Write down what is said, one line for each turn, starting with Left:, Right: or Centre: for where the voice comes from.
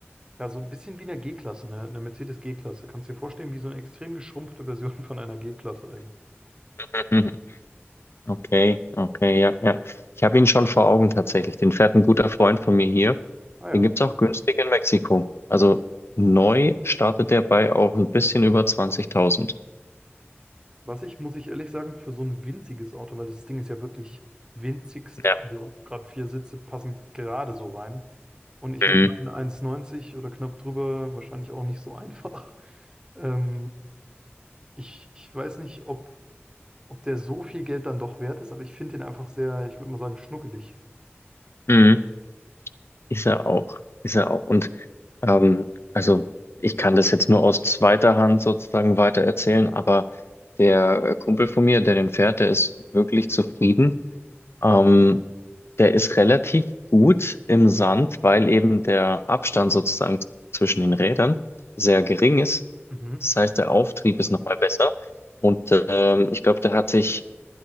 Right: Ja, so ein bisschen wie eine G-Klasse, ne? Eine Mercedes G-Klasse. Kannst dir vorstellen, wie so eine extrem geschrumpfte Version <laughs> von einer G-Klasse eigentlich.
Left: <laughs> mhm. Okay, okay, ja, ja. Ich habe ihn schon vor Augen tatsächlich. Den fährt ein guter Freund von mir hier.
Right: Ah ja.
Left: Den gibt's auch günstig in Mexiko. Also neu startet der bei auch ein bisschen über 20.000.
Right: Was ich, muss ich ehrlich sagen, für so ein winziges Auto, weil das Ding ist ja wirklich winzigst,
Left: Ja.
Right: also gerade vier Sitze passen gerade so rein. Und ich
Left: Mhm.
Right: mit meinen 1,90 oder knapp drüber wahrscheinlich auch nicht so <laughs> einfach. Ähm, ich, ich weiß nicht, ob, ob der so viel Geld dann doch wert ist, aber ich finde den einfach sehr, ich würde mal sagen, schnuckelig.
Left: Mhm. Ist er auch, ist er auch. Und ähm, also ich kann das jetzt nur aus zweiter Hand sozusagen weiter erzählen, aber der äh, Kumpel von mir, der den fährt, der ist wirklich zufrieden. Ähm, der ist relativ gut im Sand, weil eben der Abstand sozusagen zwischen den Rädern sehr gering ist.
Right: Mhm.
Left: Das heißt, der Auftrieb ist nochmal besser. Und ähm, ich glaube, der hat sich